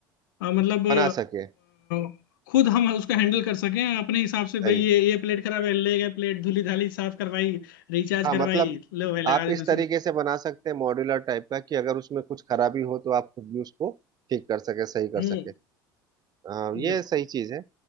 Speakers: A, on the left; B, on the right.
A: अ, मतलब अ,
B: बना सके
A: अ, खुद हम उसको हैंडल कर सकें अपने हिसाब से
B: सही
A: भाई ये ये प्लेट खराब है ले गए प्लेट धुली धाली साफ करवाई रिचार्ज
B: हाँ
A: करवाई
B: मतलब
A: लो भाई लगा
B: आप
A: दे
B: इस
A: दूसरी
B: तरीके से बना सकते हैं मॉड्यूलर टाइप का कि अगर उसमें कुछ खराबी हो तो आप खुद भी उसको ठीक कर सके सही कर
A: हम्म
B: सके हाँ ये
A: बिल्कुल
B: सही चीज है